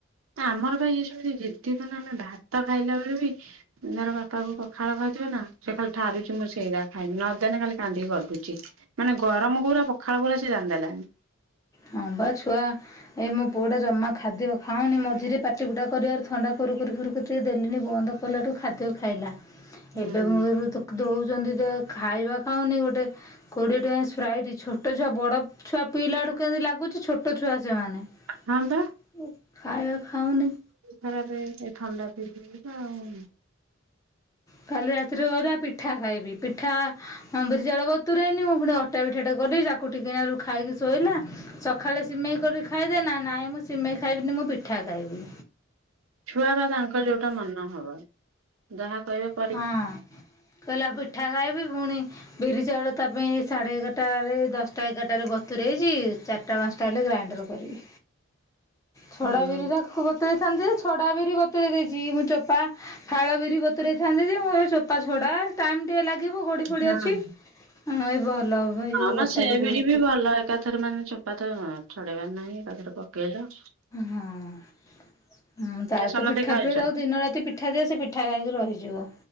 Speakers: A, on the right (about 75°); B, on the left (about 15°).
A: ଆମର ବା ଏ ସେମିତି ଜିଦି ମାନେ ଆମେ ଭାତ ଖାଇଲା ବେଳେ ବି ତାର ବାପା କୁ ପଖାଳ କହିଥିବ ନା ସେ ଖାଲି ଠାରୁଛି ମୁଁ ସେଇଟା ଖାଇବି ନଦଲେ ଖାଲି କାନ୍ଦିକି ଗଡୁଚି। ମାନେ ଗରମ କୋଉରା ପଖାଳ କୋଉରା ସେ ଜଣିଦେଲାଣି।
B: ହଁ ବା ଛୁଆ ଏଇ ମୋ ପୁଅ ଟା ଜମା ଖାଦ୍ୟ ଖାଉନି ମଝିରେ ପାଟି ଫୁଟା କରିବାର ଥଣ୍ଡାୁ କୁରୁ କୁରି, ଫୁରୁ କୁରି ଦେଲିଣି ବନ୍ଦ ପଲାଠୁ ଖାଦ୍ୟ ଖାଇଲା
A: ହୁଁ
B: ଏବେ ମୂଳରୁ ତ ଦଉଛନ୍ତି ଯେ ଖାଇବା ଖାଉନି ଗୋଟେ କୋଡିଏ ଟଙ୍କା ସ୍ପ୍ରଇଟ ଛୋଟ ଛୁଆ ବଡ ଛୁଆ ପିଇଲାଠୁ କେମିତି ଲାଗୁଛି ଛୋଟ ଛୁଆ ସେମାନେ ଓ
A: ହଁ ବା।
B: ଖାଇବା ଖାାଉନି
A: ଖରାରେ ଏ ଥଣ୍ଡା ବି ଆଉ
B: କାଲି ରାତିରେ କହିଲା ପିଠା ଖାଇବି, ପିଠା ଅ ବିରି ଚାଉଳ ବତୁରେଇନି ମୁଁ ପୁଣି ଅଟା ବିିଠାଟେ କଲି ତାକୁ ଟିକେ ନଗରୁ ଖାଇକି ଶୋଇଲା ସକାଳେ ସିମେଇ କରି ଖାଇଦେ, ନା ନାଇଁ ମୁଁ ସିମେଇ ଖାଇବିନି ମୁଁ ପିଠା ଖାଇବି
A: ଛୁଆ ବା ତାଙ୍କ ଯୋଉଟା ମନ ହବ ଯାହା କହିବ
B: ହଁ କହିଲା ପିଠା ଖାଇବି ପୁଣି ବିରି ଚାଉଳ ତା ପାଇଁ ସାଢେ ଏଗାରଟାରେ ଦଶଟା ଏଗାରଟାରେ ବତୁରରେ ଇଛି ଚାରି ଚାରିଟା ପାଞ୍ଚ ଟା ହେଲେ ଗ୍ରାଇଣ୍ଡର କରିବି ଛଡା
A: ହଁ।
B: ବିରି ରାକୁ ବତୁ ରେଇ ଥାନ୍ତି ଯେ, ଛଡା ବିରି ବତୁରେଇ ଦେଇଛି ମୁଁ ଚୋପା ଫାଳ ବିରି ବତ ବତୁରେଇଥାନ୍ତି ଯେ ମୋ ଏ ଚୋପା ଛଡ଼ା ଟାଇମ ଟିକେ ଲାଗିବ ଗଡ଼ି ଫୋଡ଼ି
A: ହୁଁ।
B: ଅଛି ହ ଏଇ ଭଲ ଏଇ
A: ହଁ
B: ଯେଉଁ
A: ମ
B: ଗୋଟା
A: ସେ
B: ବିରି ବତୁରେଇଛି
A: ବି ଭଲ ଏକାଥରେ ମାନେ ଚୋପା ତ ଛଡେଇବାର ନାହିଁ ଏକାଥରେ ପକେଇବ
B: ହଁଁ ତାର
A: ସମସ୍ତେ
B: ତ ପିଠା
A: ଖାଉଛ
B: ପ୍ରିୟ ତା ଦିନ ରାତି ପିଠା ଦିଅ ସେ ପିଠା ଖାଇକି ରହିଯିବ